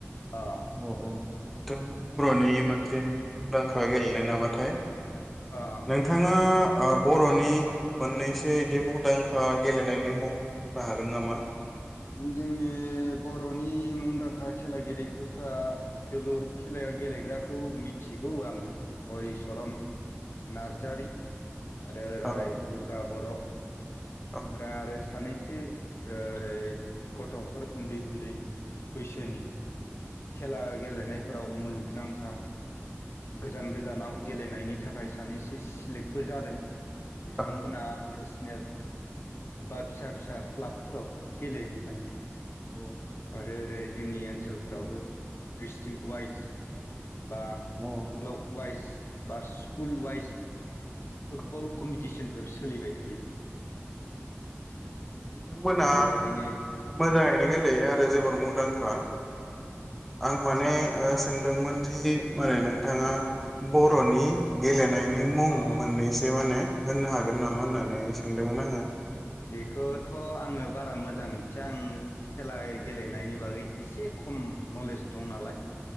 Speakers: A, on the left; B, in the centre.
A: ओ
B: औ औ बेथ' बर'नि मोनसे मुंदांखा गेलेनाय नामाथाय?
A: अ
B: नोंथाङा ओ बर'नि मोननैसो बिदि मुंदांखा गेलेनायनि मुं होननो हागोन नामा?
A: जोंनि बर'नि मुंदांखा खेला गेलेग्राफ्रा जोलुर खेलायाव गेलेग्राखौ मिथिगौ आङो हलिचरन नार्जारि। आरो राय
B: औ
A: दुर्गा बर'।
B: औ
A: ओमफ्राय आरो सानैसो सो ओरै गथ'फोर उन्दै उन्दै बैसोनि खेला गेलेनायफोराव मुलुगनांखा गोजान गोजानाव गेलेनायनि थाखाय सानैसो सिलेक्टबो जादों। बिथांमोना
B: औ
A: नेस नेल बा फिसा फिसा क्लाबफोरावबो गेलेहैबाय।
B: औ
A: आरो बे जोंनि ओनसोलफोरावबो ड्रिस्ट्रिक वाइस बा
B: औ
A: ब्लक वाइस बा स्कुल वाइस फुटबल
B: औ
A: कमिटिसिनफोर्स सोलिबाय थायो।
B: औ बिथांमोना
A: बेफोरबायदिनो
B: मोजाङैनो गेलेयो आरो जोबोर मुं दांखा आं माने ओ सोंदोंमोन जि माने नों नोंथाङा बर'नि गेलेनाय नि मुं
A: औ
B: मोननैसो माने होननो हागोन नामा होननानै सोंदोंमोन आङो।
A: बेखोथ' आङो बारा मोजां मिथिया आं खेला गेलेनायनि बागै एसे खम नलेज दं नालाय